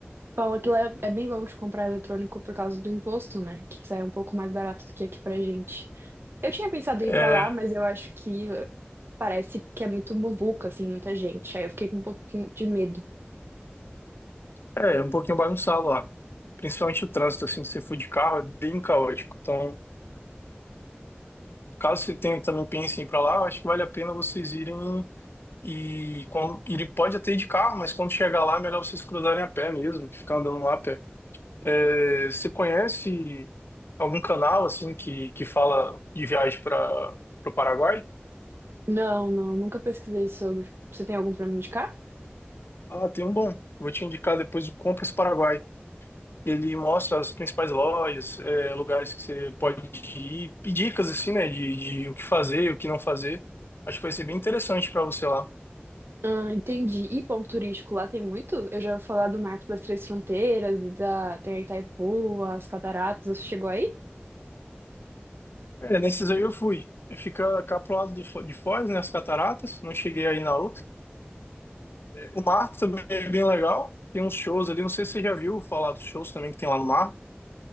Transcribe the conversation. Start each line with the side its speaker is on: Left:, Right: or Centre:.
Right: Fala que lá é é bem bom de comprar eletrônico por causa do imposto, né? Que sai um pouco mais barato do que aqui pra gente. Eu tinha pensado
Left: É,
Right: em ir pra lá, mas eu acho que eh, parece que é muito muvuca, assim, muita gente. Aí eu fiquei com um pouquinho de medo.
Left: é, é um pouquinho bagunçado lá. Principalmente o trânsito, assim, se você for de carro, é bem caótico. Então, caso você tenha, também pense em ir pra lá, eu acho que vale a pena vocês irem e quando, ele pode até ir de carro, mas quando chegar lá, é melhor vocês cruzarem a pé mesmo, ficar andando lá a pé. É, você conhece algum canal assim que, que fala de viagem para o Paraguai?
Right: Não, não, nunca pesquisei sobre. Você tem algum pra me indicar?
Left: Ah, tem um bom. Vou te indicar depois o Compras Paraguai. Ele mostra as principais lojas, é, lugares que você pode ir, e dicas assim, né, de, de o que fazer, o que não fazer. Acho que vai ser bem interessante para você lá.
Right: Ah, entendi. E ponto turístico lá tem muito? Eu já ouvi falar do Marco das Três Fronteiras e da tem a Itaipu, as cataratas. Você chegou aí?
Left: É, nesses aí eu fui. Fica cá pro lado do Fo- de Foz, né, as cataratas. Não cheguei aí na outra. O mar também é bem legal. Tem uns shows ali, não sei se você já viu falar dos shows também que tem lá no mar.